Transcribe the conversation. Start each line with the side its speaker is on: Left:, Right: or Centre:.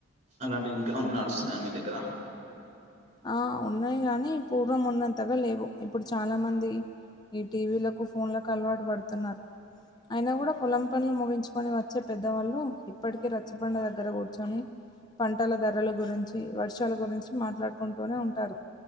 Right: అలాంటి ఇంకా నడుస్తున్నాయా మీ దగ్గర
Left: ఆ ఉన్నాయి గాని పూర్వం ఉన్నంత తఅంతగా లేవు ఇప్పుడు చాలా మంది ఈ టీవీలకు ఫోన్లకు అలవాటు పడుతున్నారు అయినా కూడా పొలం పనుడ్లు ముగించుకొని వచ్చే పెద్దవాళ్ళు ఇప్పటికీ రచ్చ పండు దగ్గర కూర్చొని పంటల ధరల గురించి వర్షాల గురించి మాట్లాడుకు కొంటూనే ఉంటారు